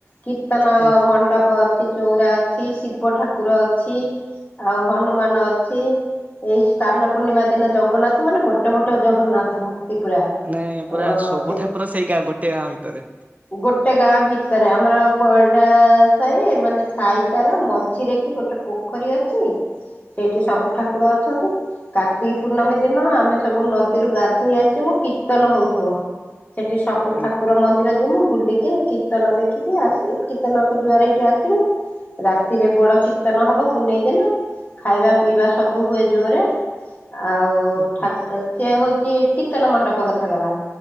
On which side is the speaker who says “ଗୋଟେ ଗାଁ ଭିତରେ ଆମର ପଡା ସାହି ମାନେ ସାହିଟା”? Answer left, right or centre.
Left